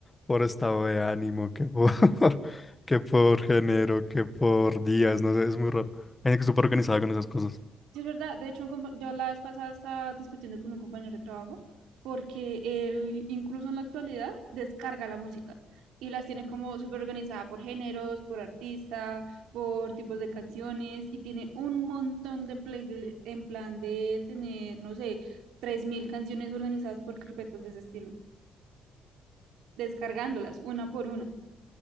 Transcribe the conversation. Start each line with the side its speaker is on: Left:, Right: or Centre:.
Left: por estado de ánimo, que por, <laughs> que por género, que por días, no sé, es muy raro. Hay gente que es súper organizada con esas cosas.
Right: Sí, es verdad. De hecho, un compa- yo la vez pasada estaba discutiendo con un compañero de trabajo porque él incluso en la actualidad descarga la música y las tiene como súper organizada por géneros, por artista, por tipos de canciones y tiene un montón de plays de- en plan de tener, no sé, 3.000 canciones organizadas por carpetas de ese estilo, descargándolas una por una.